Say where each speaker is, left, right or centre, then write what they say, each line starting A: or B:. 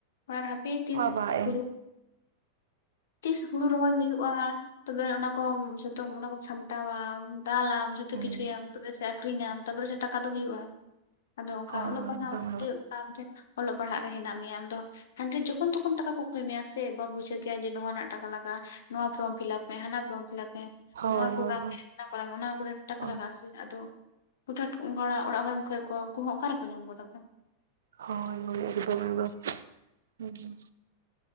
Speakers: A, on the left; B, on the right.
A: ᱟᱨ ᱦᱟᱯᱤ ᱛᱤᱥ
B: ᱵᱟᱵᱟ ᱮᱢ
A: ᱦᱩᱲᱩ ᱛᱤᱥ ᱦᱩᱲᱩ ᱨᱚᱦᱚᱭ ᱦᱩᱭᱩᱜᱼᱟ᱾ ᱛᱚᱵᱮ ᱚᱱᱟ ᱠᱚ ᱡᱚᱛᱚ ᱚᱱᱟ ᱠᱚ ᱥᱟᱢᱴᱟᱣᱟᱢ ᱫᱟᱞᱟᱢ ᱡᱷᱚᱛᱚ
B: ᱦᱩᱸ
A: ᱠᱤᱪᱷᱩᱟᱢ᱾ ᱛᱚᱵᱮ ᱥᱮ ᱟᱠᱷᱨᱤᱧᱟᱢ ᱛᱟᱯᱚᱨᱮ ᱥᱮ ᱴᱟᱠᱟ ᱫᱚ ᱦᱩᱭᱩᱜᱼᱟ, ᱟᱫᱚ ᱚᱱᱠᱟ
B: ᱦᱳᱭ
A: ᱚᱞᱚᱜ
B: ᱦᱳᱭ
A: ᱯᱟᱲᱦᱟᱜ
B: ᱮᱠᱫᱚᱢ
A: <unintelligible> ᱚᱞᱚᱜ ᱯᱟᱲᱦᱟᱜ ᱨᱮ ᱦᱮᱱᱟᱜ ᱢᱮᱭᱟ ᱟᱢ ᱫᱚ᱾ ᱦᱟᱸ ᱡᱚᱠᱷᱚᱱ ᱛᱚᱠᱷᱚᱱ ᱴᱟᱠᱟ ᱠᱚ ᱛᱷᱚᱱᱰᱤᱧ ᱡᱚᱠᱷᱚᱱ ᱡᱚᱠᱷᱚᱱ ᱛᱚᱠᱷᱚᱱ ᱴᱟᱠᱟᱹ ᱠᱚᱭ ᱢᱮᱭᱟ ᱥᱮ ᱵᱟᱢ ᱵᱩᱡᱷᱟᱹᱣ ᱠᱮᱭᱟ ᱡᱮ ᱱᱚᱣᱟ ᱨᱮᱱᱟᱜ ᱴᱟᱠᱟ ᱞᱟᱜᱟᱜᱼᱟ ᱱᱚᱣᱟ ᱯᱷᱚᱨᱚᱢ ᱯᱷᱤᱞᱟᱯ ᱦᱟᱱᱟ ᱯᱷᱨᱚᱢ ᱯᱷᱤᱞᱟᱯ ᱢᱮ
B: ᱦᱳᱭ
A: ᱱᱚᱣᱟ
B: ᱦᱳᱭ ᱦᱳᱭ
A: ᱠᱚᱨᱟᱣ ᱢᱮ ᱠᱚᱨ ᱚᱱᱟ ᱠᱚᱨᱮ ᱴᱟᱠᱟ
B: ᱦᱳᱭ
A: ᱞᱟᱜᱟᱜᱼᱟ ᱟᱥᱮ ᱟᱫᱚ ᱚ ᱫᱷᱟᱹᱴ ᱚᱱᱠᱟ ᱢᱟ ᱚᱲᱟᱜ ᱦᱚᱲᱮᱢ ᱠᱷᱚᱭ ᱠᱚᱣᱟ ᱩᱱᱠᱩ ᱦᱚᱸ ᱚᱠᱟᱨᱮᱠᱚ ᱧᱟᱢ ᱜᱚᱫᱟ ᱠᱚ᱾
B: <unintelligible> ᱦᱩᱸ